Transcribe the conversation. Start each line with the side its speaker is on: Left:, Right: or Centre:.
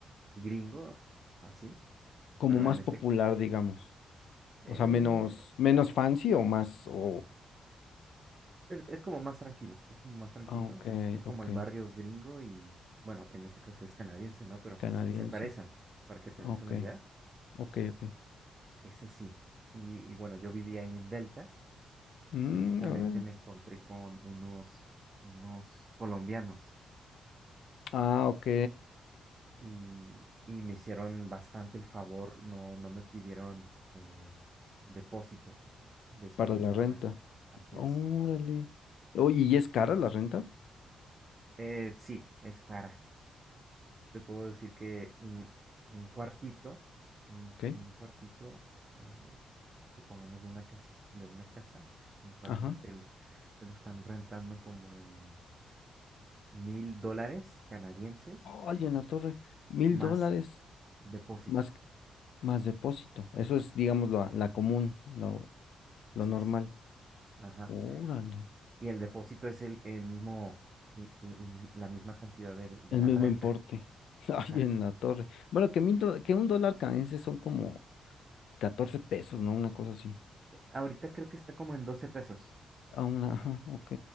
Right: gringo, así,
Left: Como
Right: pero
Left: más
Right: en este,
Left: popular, digamos.
Right: eh,
Left: O sea, menos, menos fancy o más, o...
Right: es, es como más tranquilo, es como más tranquilo,
Left: Ah, ok,
Right: es como
Left: ok,
Right: el barrio gringo y, bueno, en este caso es canadiense, ¿no? Pero
Left: canadiense.
Right: s- se parecen, para que te
Left: Ok,
Right: des una idea,
Left: ok, ok.
Right: es así. Y, y bueno, yo viví ahí en Delta,
Left: Mm,
Right: precisamente
Left: órale.
Right: me encontré con unos, unos colombianos
Left: Ah, ok,
Right: y, y me hicieron bastante el favor, no, no me pidieron eh, depósito. Ves que
Left: para la
Right: la
Left: renta.
Right: renta, así
Left: Órale.
Right: es.
Left: Oye, ¿y es cara la renta?
Right: Eh, sí, es cara. Te puedo decir que un, un cuartito, un,
Left: Ok,
Right: un cuartito, eh, su- supongamos de una casi, de una casa, un cuarto
Left: ajá.
Right: te, lo- te lo están rentando como en mil dólares canadienses
Left: Ay, en la torre, mil
Right: más
Left: dólares
Right: depósito.
Left: más, más depósito. Eso es, digamos, la, la común, lo,
Right: Así
Left: lo normal.
Right: es. Ajá.
Left: Órale,
Right: Y, y el depósito es el, el mismo, el- el- el mi- la misma cantidad del- de,
Left: el
Right: la
Left: mismo
Right: renta.
Left: importe. <laughs> Ay,
Right: Ajá.
Left: en la torre. Bueno, que, mil do- que un dólar canadiense son como 14 pesos, ¿no? Una cosa así.
Right: Ahorita creo que está como en doce pesos.
Left: A una,
Right: Ajá.
Left: ajá, ok.